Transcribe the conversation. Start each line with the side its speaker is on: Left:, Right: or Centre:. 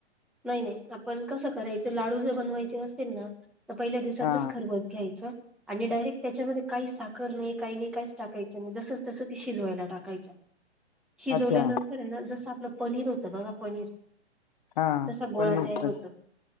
Centre: नाही नाही आपण कसं करायचं लाडू ज बनवायचे असतील ना तर पहिल्या दिवसाचच
Left: हा
Centre: खरवस घ्यायचं. आणि डायरेक्ट त्याच्यामध्ये काही साखर नाही काही नाही काहीच टाकायचं नाही जसच तस ते शिजवायला टाकायचं शिजवल्यानंतर
Left: अच्छा
Centre: आहे ना जसं आपलं पनीर होतं बघा पनीर
Left: हा
Centre: तसा गोळा
Left: पनीरच
Centre: तयार होतो.